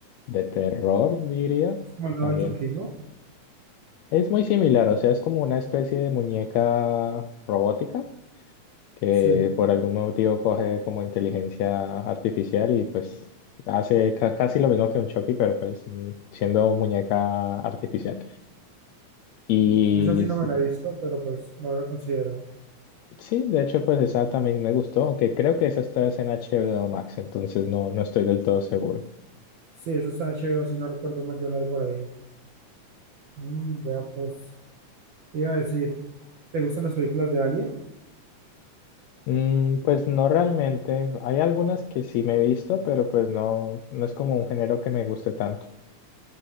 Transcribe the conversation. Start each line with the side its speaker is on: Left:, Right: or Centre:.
Left: de terror, diría.
Right: Es como el nuevo
Left: También
Right: Chucky, ¿no?
Left: Es muy similar, o sea, es como una especie de muñeca robótica que
Right: Sí.
Left: por algún motivo coge como inteligencia artificial y pues hace ca- casi lo mismo que un Chucky, pero pues mm, siendo muñeca artificial. Y
Right: Uf, esa sí no
Left: sí,
Right: me la he visto, pero pues la voy a considerar.
Left: sí, de hecho pues esa también me gustó, aunque creo que esa está es en H B o Max, entonces no, no estoy del todo seguro.
Right: Sí, esa está en HBO, si no recuerdo mal, yo la vi por ahí. Mm, vea, pues, te iba a decir, ¿te gustan las películas de Alien?
Left: Mm, pues no realmente, hay algunas que sí me he visto, pero pues no, no es como un género que me guste tanto.